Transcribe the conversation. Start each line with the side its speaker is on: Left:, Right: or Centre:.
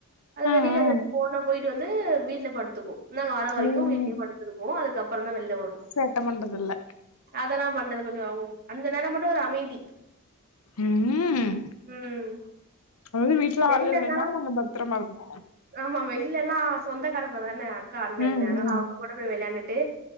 Right: அது
Left: அ
Right: வெளில
Left: அ
Right: வச்சு போனா போயிட்டு வந்து வீட்ல படுத்துக்கு நாங்க வர வரைக்கு
Left: ம்
Right: வீட்டயே படுத்திருக்கு அதுக்கப்பறோ தா வெள்ல வரு
Left: சேட்ட பண்றதில்ல
Right: அதெல்லா பண்றது கொஞ்சோ ஆவு அந்த நேரம் மட்டு ஒரு அமைதி
Left: ம்
Right: ம்
Left: அதாவது வீட்ல
Right: வெளிலல்லா
Left: ஆள் இல்லன்னா நாங்க பத்ரமா இருப்போ
Right: ஆமா வெள்ள எல்லா சொந்தக்காரங்க தான அக்கா அண்ணன்ன
Left: ம்
Right: அதனால
Left: ம்
Right: அவுங்க கூட போய் விளையாண்டுட்டு